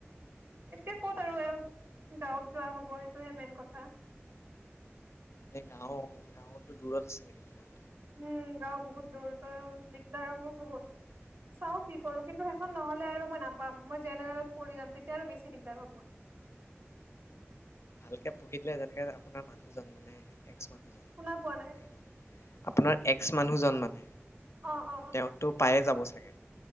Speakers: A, on the right; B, on the left.
A: এতিয়া ক'ত আৰু গাঁৱত যোৱা হ'ব, সেইটোহে মেইন কথা।
B: এ গাঁও- গাঁওতো দূৰত আছে নেকি বহুত?
A: উম, গাওঁ বহুত দূৰ। তো দিগদাৰ হব বহুত। চাওঁ কি কৰোঁ। কিন্তু সেইখন নহলে আৰু মই নাপাম। মই জেনেৰেলত পৰি যাম। তেতিয়া আৰু বেছি দিগদাৰ হব।
B: ভালকে পঢ়িলে যেনেকে, আপোনাৰ মানুহজন মানে এক্স মানুহজন। তেওঁ
A: শুনা পোৱা নাই
B: অ'। আপোনাৰ এক ক্স মানুহজন মানে।
A: অ অ
B: তেওঁতো পায়ে যাব থাকে।